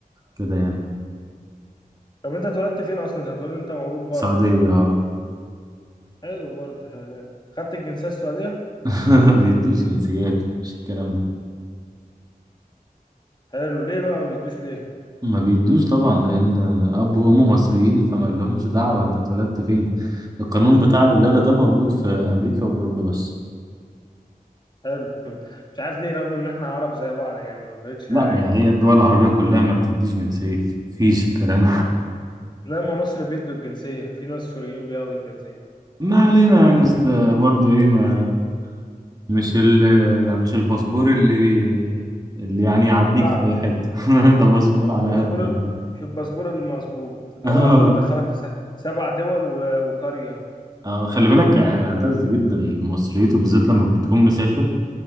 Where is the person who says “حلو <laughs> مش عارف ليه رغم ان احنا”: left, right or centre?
Left